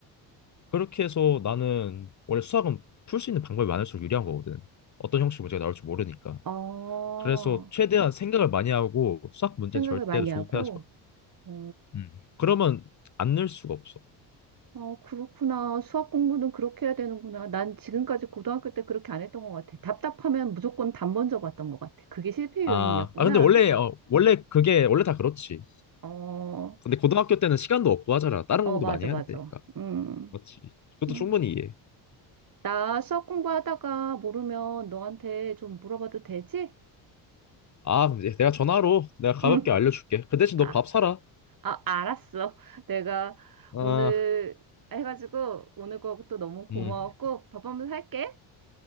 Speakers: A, on the left; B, on the right.
A: 그렇게 해서 나는 원래 수학은 풀 수 있는 방법이 많을수록 유리한 거거든. 어떤 형식 문제가 나올지 모르니까.
B: 어,
A: 그래서 최대한 생각을 많이 하고 수학 문제는
B: 생각을
A: 절대로
B: 많이
A: 조급해하지
B: 하고,
A: 마.
B: 어,
A: 음. 그러면 안 늘 수가 없어.
B: 어, 그렇구나. 수학 공부는 그렇게 해야 되는구나. 난 지금까지 고등학교 때 그렇게 안 했던 것 같아. 답답하면 무조건 답 먼저 봤던 것 같아. 그게 실패
A: 아,
B: 요인이었구나.
A: 아 근데 원래 어, 원래 그게 원래 다 그렇지.
B: 어,
A: 근데 고등학교 때는 시간도 없고 하잖아. 다른
B: 어,
A: 공부도
B: 맞아,
A: 많이 해야
B: 맞아.
A: 되니까.
B: 음,
A: 그렇지. 그것도
B: 음.
A: 충분히 이해.
B: 나 수학 공부하다가 모르면 너한테 좀 물어봐도 되지?
A: 아, 이제 내가 전화로 내가 가볍게
B: 응.
A: 알려줄게. 그 대신
B: 아,
A: 너 밥 사라.
B: 아, 알았어. 내가
A: 아,
B: 오늘 해가지고 오늘 거또 너무 고마웠고
A: 음.
B: 밥 한번 살게.